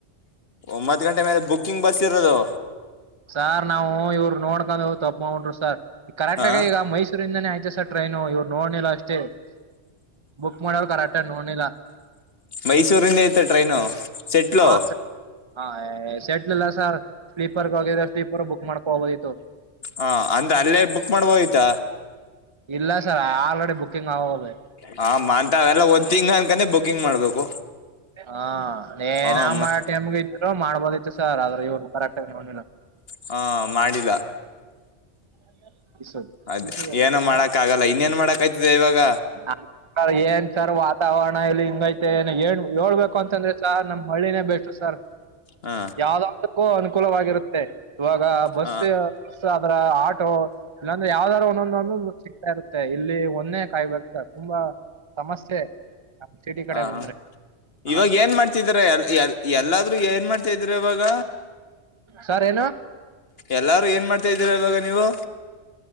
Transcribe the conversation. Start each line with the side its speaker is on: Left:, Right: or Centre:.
Left: ಒಂಬತ್ ಗಂಟೆ ಮೇಲೆ ಬುಕ್ಕಿಂಗ್ ಬಸ್ ಇರೋದು
Right: ಸಾರ್ ನಾವು ಇವರು ನೋಡ್ಕೊಂಡ್ ಹ ತಪ್ಪ ಮಾಡಬಿಟೊ ಸಾರ್ ಈಗ ಕರೆಕ್ಟ್
Left: ಹಾ
Right: ಆಗ ಈಗ ಮೈಸೂರಿಂದಾನೇ ಆಯ್ತೆ ಸರ್ ಟ್ರೈನು ಇವ್ರು ನೋಡ್ನಿಲ್ಲ ಅಷ್ಟೇ ಬುಕ್ ಮಾಡೋ್ರು ಕರೆಕ್ಟ ನೋಡ್ಿಲ್ಲ
Left: ಮೈಸೂರಿಂದ ಐತೆ ಟ್ರೈನು ಸೆಟ್ಲು
Right: <unintelligible> ಹಾ ಸೆಟ್ಲ ಇಲ್ಲ ಸರ್ ಸ್ಲೀಪರ್ಗ ಹೋಗಿದ್ರ ಸ್ಲೀಪರ್ ಬುಕ್ ಮಾಡ್ಕೊಬೋದಿತ್ತು
Left: ಹ ಅಂದ್ರೆ ಅಲ್ಲೇ ಬುಕ್ ಮ್ಯಾಡ್ಬೋಧಿತ್ತ
Right: ಇಲ್ಲ ಸರ್ ಆಲ್ರೆಡಿ ಬುಕ್ಕಿಂಗ್ ಆಗೋಗವೇ
Left: ಹಾ ಮಾತಾವೆಲ್ಲ ಒಂದ್ ತಿಂಗ್ ಅನ್ಕಾನೆ ಬುಕಿಂಗ್ ಮಾಡ್ಬೇಕು
Right: ಹಾ ಏ
Left: ಹ
Right: ನಾ
Left: ಮತ್
Right: ಮಾಡ ಟೈಮ್ಗೆ ಇದ್ರು ಮಾಡ್ಬೋದಿತ್ತು ಸರ್ ಆದ್ರೆ ಇವ್ರು ಕರೆಕ್ಟ್ ನೋಡ್ಲಿಲ್ಲ
Left: ಹಾ ಮಾಡಿಲ್ಲ
Right: <inaudible>
Left: ಅದ್ ಏನೋ ಮಾಡಕ್ ಆಗಲ್ಲ ಇನ್ನೇನ್ ಮಾಡಕಾಯ್ತಿದೆ ಇವಾಗ
Right: ಹ ಸರ್ ಏನ್ ಸರ್ ವಾತಾವರಣ ಇಲ್ಲಿ ಹಿಂಗೈತೆ ಏನ ಏ ಹೇಳ್ಬೇಕು ಅಂತಂದ್ರೆ ಸರ್ ನಮ್ ಹಳ್ಳಿನೇ ಬೆಸ್ಟ್ ಸರ್
Left: ಹಾ
Right: ಯಾವ್ದಾದಕ್ಕೂ ಅನುಕೂಲವಾಗಿರುತ್ತೆ ಇವಾಗ ಬಸ್
Left: ಹ
Right: ಮಿಸ್ ಅದ್ರ ಆಟೋ ಇಲ್ಲಾಂದ್ರೆ ಯಾವ್ದಾದ್ರು ಒಂದೊಂದೊಂದಂದು ಸಿಗ್ತಾ ಇರುತ್ತೆ ಇಲ್ಲಿ ಒಂದೆ ಕಾಯಬೇಕ ತುಂಬಾ ಸಮಸ್ಯೆ ನಮ್ ಸಿಟಿ ಕಡೆ
Left: ಹ
Right: ಬಂದ್ರೆ
Left: ಹ
Right: ಹಾ
Left: ಇವಾಗ
Right: ಸರ್
Left: ಏನ್ ಮಾಡ್ತಿದ್ರ ಎ ಎ ಎಲ್ಲಾದ್ೂ ಏನ್ ಮಾಡ್ತಿದ್ರ ಇವಾಗ
Right: ಸರ್ ಏನು
Left: ಎಲ್ಲಾರು ಏನ್ ಮಾಡ್ತಾ ಇದೀರ ಇವಾಗ ನೀವು